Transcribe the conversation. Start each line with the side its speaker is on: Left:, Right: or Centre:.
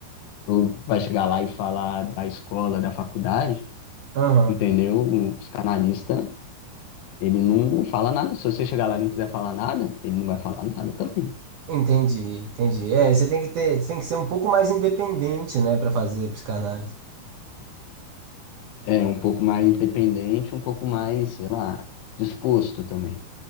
Left: ou vai chegar lá e falar da escola, da faculdade,
Right: Aham.
Left: entendeu? O psicanalista, ele não fala nada. Se você chegar lá e não quiser falar nada, ele não vai falar nada também.
Right: Entendi, entendi. É, você tem que ter, você tem que ser um pouco mais independente, né, Pra fazer psicanálise.
Left: É um pouco mais independente, um pouco mais, sei lá, disposto também.